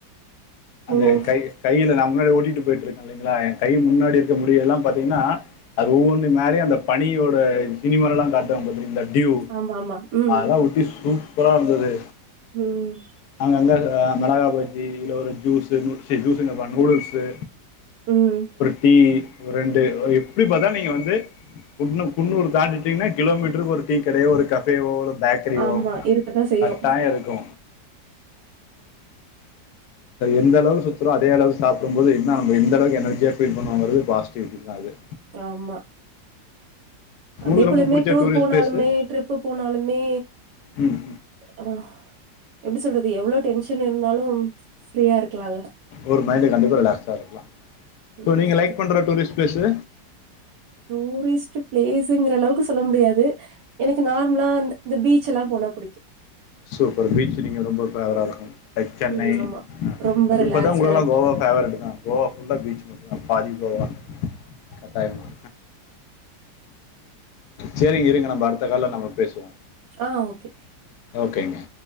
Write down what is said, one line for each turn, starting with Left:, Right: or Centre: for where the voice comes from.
Left: அந்த
Right: ஓ
Left: கை கைல நா முன்னாடி ஓட்டிட்டு போய்ட்டு இருக்க இல்லைங்ளா எ கை முன்னாடி இருக்க முடியலா பாத்தீங்கனா அது ஒவ்வொன்னுமாரி அந்த பனியோட சினிமாலலா காட்டுவாங்க பாத்துருக்கீங்ளா டியுவ்
Right: ஆமா ஆமா ம்
Left: அதெல்லா ஒட்டி சூப்ரா இருந்தது
Right: ம்
Left: நாங்க அங்க அ மெளகா பஜ்ஜி இல்ல ஒரு ஜூசு சி ஜூசுங்கபாரு நூடுல்சு
Right: ம்
Left: டீ ரெண்டு எப்டி பாத்தாலு நீங்க வந்து குன்னூ குன்னூரு தாண்டிட்டிங்ன்னா கிலோமீட்டருக்கு ஒரு டீ கடயே ஒரு கா டயோ ஒரு பேக்ரியோ
Right: ஆமா இருக்கதா செய்யு
Left: கட்டாயோ இருக்கு எந்தளவு சுத்தறோ அதே அளவு சாப்புடும்போது இன்னோ நம்மக்கு எந்தளவுக்கு எனர்ஜியா ஃபீல் பண்ணுவோங்கறது பாசிட்டிவிட்டிதா அது
Right: ஆமா
Left: உங்களுக்கு
Right: அதே போலயுமே
Left: ரொம்ப பிடிச்ச
Right: டூர்
Left: டூரிஸ்ட்
Right: போனாலுமே
Left: பிளேஸு
Right: டரிப்பு போனாலுமே
Left: ம்
Right: ஆ எப்டி சொல்றது எவ்ளோ டென்ஷன் இருந்தாலு ஃரீயா இருக்லால
Left: ஒரு மைண்ட கண்டிப்பா ரிலாக்ஸா இருக்கலா சோ
Right: ம்
Left: நீங்க லைக் பண்ற டூரிஸ்ட் பிளேஸு
Right: டூரிஸ்ட்டு பிளேஸுங்கற அளவுக்கு சொல்ல முடியாது எனக்கு நார்மலா அந்த இந்த பீச்சுலா போனா புடிக்கு
Left: சூப்பர் பீச்சு நீங்க ரொம்ப பேவரா இருக்கு லைக் சென்னை
Right: ம் ஆமா ரொம்ப
Left: அப்ப
Right: ரிலாக்ஸ்டா
Left: இப்பதா உங்குளுக்கல்லா
Right: இருக்கு
Left: கோவா ஃபேவரட்டுதா கோவா ஃபுல்ல பீச் மட்டுதா பாதி கோவா கட்டாயமா சேரிங்க இருங்க நம்ம அடுத்த கால்ல நம்ப பேசுவோ
Right: ஆ ஓகே
Left: ஓகேங்க